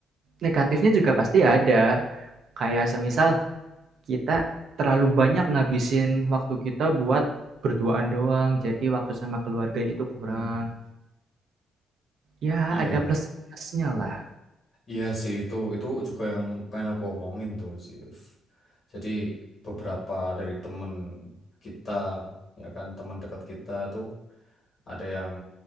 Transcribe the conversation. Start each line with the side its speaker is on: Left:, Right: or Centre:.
Right: negatifnya juga pasti ada. Kayak semisal kita terlalu banyak ngabisin waktu kita buat berduaan doang, jadi waktu sama keluarga itu kurang.
Left: Hmm.
Right: Ya
Left: Iya.
Right: ada plus minusnya lah.
Left: Iya sih itu itu juga yang pengen aku omongin tuh sih. Liv. Jadi beberapa dari temen kita ya kan teman dekat kita tuh ada yang